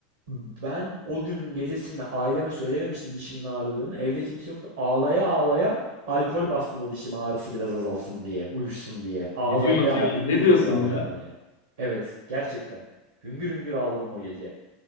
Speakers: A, on the right (about 65°); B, on the left (about 70°).
A: Ben o günün gecesinde aileme söylememiştim dişimin ağrıdığını. Evde kimse yoktu. Ağlaya ağlaya alkol bastım o dişime ağrısı biraz azalsın diye, uyuşsun diye. Ağlaya
B: Ne diyorsun
A: ağlaya,
B: ya?
A: hüngür
B: Ne
A: hüngür
B: diyorsun
A: ağlaya
B: ya?
A: ağlaya. Evet, gerçekten. Hüngür hüngür ağladım o gece.